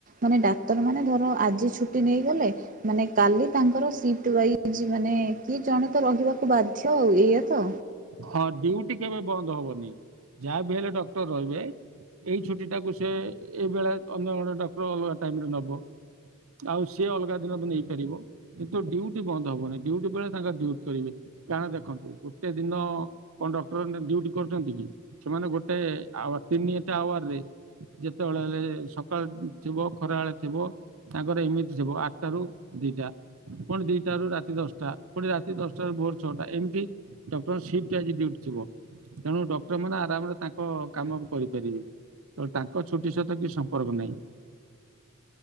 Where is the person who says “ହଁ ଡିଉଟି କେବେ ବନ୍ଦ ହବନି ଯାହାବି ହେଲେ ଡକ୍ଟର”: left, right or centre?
Right